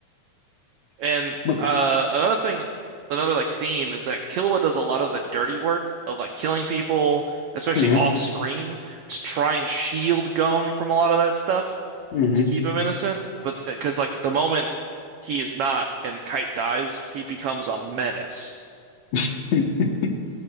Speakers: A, on the right (about 90°); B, on the left (about 65°).
A: And
B: But
A: uh, another thing, another like theme is that Killua does a lot of the dirty work of like killing people, especially
B: hmm
A: off screen, to try and shield Gon from a lot of that stuff
B: hmm
A: to keep him innocent. But because like the moment he is not and Kite dies, he becomes a menace
B: <laughs>